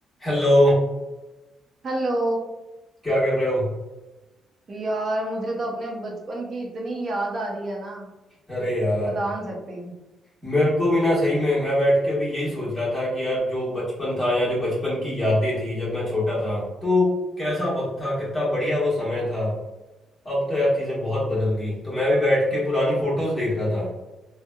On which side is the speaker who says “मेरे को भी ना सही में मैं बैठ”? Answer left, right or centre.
Left